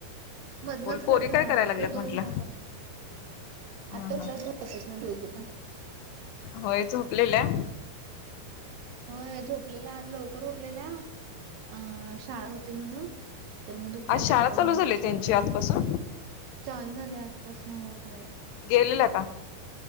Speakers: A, on the left; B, on the right.
A: हा
B: मधनच
A: बोल पोरी
B: कट व्हालता
A: काय करायला लागल्यात
B: ग दोन
A: म्हंटलं?
B: वेळा झाला
A: हा
B: आता
A: हा
B: उठल्यात झोपेतनं दोघी पण.
A: होय झोपलेल्या.
B: होय झोपलेल्या आज लवकर उठलेल्या, अ शाळा होती म्हणून. तर म दुपारी
A: आज
B: झोपाव
A: शाळा चालू
B: म्हंटलं
A: झाली
B: शाळेत
A: त्यांची आजपासून
B: न, चालू झाले आजपास न होय.
A: गेलेल का?